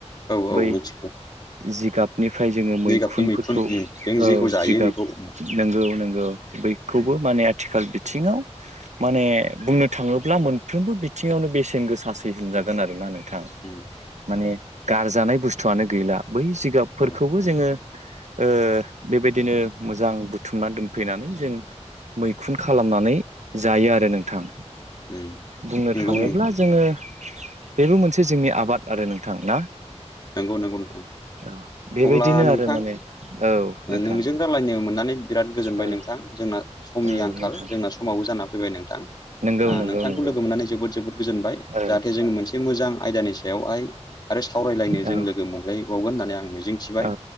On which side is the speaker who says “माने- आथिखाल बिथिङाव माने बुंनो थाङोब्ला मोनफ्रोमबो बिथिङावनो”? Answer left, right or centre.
Right